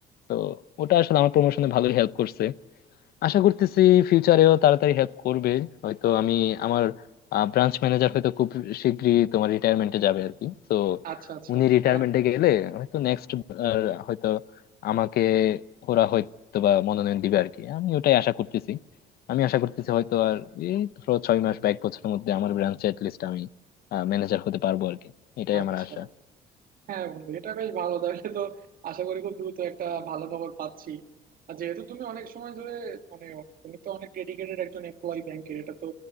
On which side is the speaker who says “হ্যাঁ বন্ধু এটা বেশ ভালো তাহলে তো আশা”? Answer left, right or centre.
Right